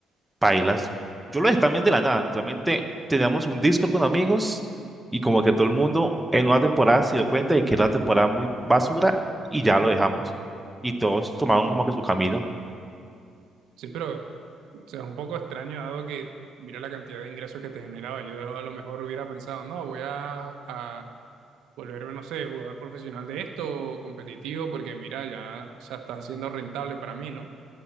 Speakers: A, in the centre; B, on the right (about 85°).
A: pailas. Yo lo dejé también de la nada. Literalmente teníamos un Discord con amigos y como que todo el mundo en una temporada se dio cuenta de que era una temporada muy basura y ya lo dejamos. Y todos tomaron como que su camino.
B: sí, pero o sea, es un poco extraño dado que mira la cantidad de ingresos que te generaba. Yo a lo mejor hubiera pensado, no, voy a, a volverme, no sé, jugador profesional de esto, o competitivo, porque mira, ya, o sea, está siendo rentable para mí, ¿no?